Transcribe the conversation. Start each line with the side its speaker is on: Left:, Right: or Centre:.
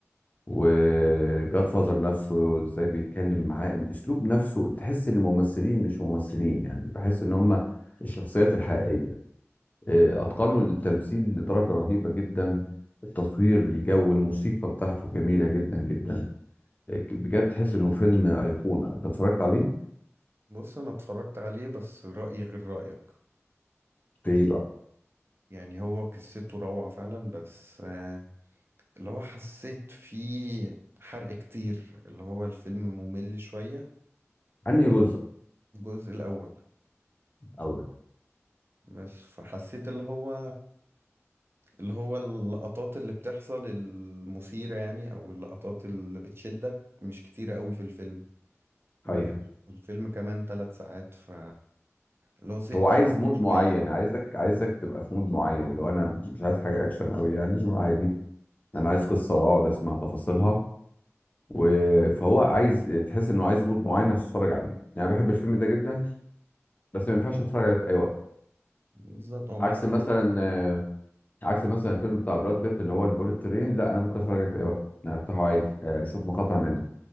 Left: وجاد فازر نفسه ازاي بيتكلم معاه الاسلوب نفسه تحس ان الممثلين مش ممثلين يعني بحس ان هم الشخصيات الحقيقيه إيه،
Right: مم.
Left: اتقنوا التمثيل لدرجه رهيبه جدا التصوير الجو الموسيقى بتاعته جميله جدا جدا إيه، بجد تحس انه فيلم ايقونه انت اتفرجت عليه
Right: بص أنا اتفرجت عليه بس رأيي غير رأيك
Left: في ايه بقى
Right: يعني هو قصته روعة فعلا بس آه، اللي هو حسيت فيه حرق كتير اللي هو الفيلم ممل شوية
Left: انهي جزء
Right: الجزء الأول
Left: اول
Right: بس فحسيت اللي هو اللي هو اللقطات اللي بتحصل المثيرة يعني أو اللقطات اللي بتشدك مش كتيرة قوي في الفيلم
Left: حقيقه
Right: بس والفيلم كمان ثلاث ساعات ف اللي هو زهقت
Left: هو عايز
Right: منه
Left: مود
Right: شوية
Left: معين
Right: يعني.
Left: عايزك عايزك تبقى في مود معين اللي هو انا مش عايز حاجه اكشن قوي يعني عادي انا عايز قصه واقعد اسمع تفاصيلها و- فهو عايز تحس انه عايز مود معين عشان تتفرج عليه يعني بحب الفيلم ده جدا بس ما ينفعش اتفرج عليه في اي وقت
Right: بالظبط هو محتاج
Left: عكس مثلا آه، عكس مثلا الفيلم بتاع براد بيت اللي هو البوليت ترين لا انا ممكن اتفرج عليه في اي وقت انا افتحه عادي آه، اشوف مقاطع منه